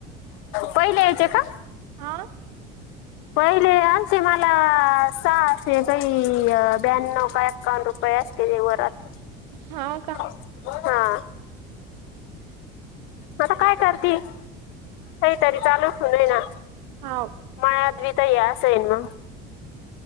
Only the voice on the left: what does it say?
पहिले यायचे का
पहिले असे मला सहा असे काही ब्याण्णव का एकावन्न रुपये प्रयास केले वात
हा आता काय करते होऐ त र चालूचणय ना
मयद्वीता या स आहेन म